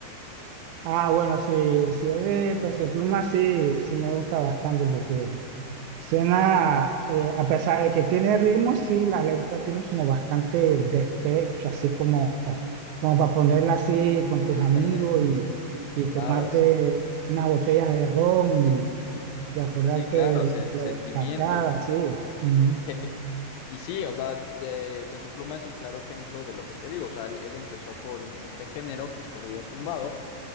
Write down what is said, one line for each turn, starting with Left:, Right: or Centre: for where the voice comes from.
Right: Ah, bueno, si, si es de Peso Pluma, sí, sí me gusta bastante porque cena eh, a pesar de que tiene ritmo, sí, las letras tienen como bastante despecho, así como, como para ponerla así con
Left: <laughs>
Right: tus amigos y, y
Left: Claro.
Right: tomarte unas botellas de ron y, y acordarte
Left: Sí, claro,
Right: de,
Left: se-
Right: de lo
Left: sentimiento.
Right: pasado, así. Ujú.
Left: <laughs> Y sí, o sea, de Peso Pluma es el claro ejemplo de lo que te digo. O sea, él, él empezó con este género que es corrido tumbado,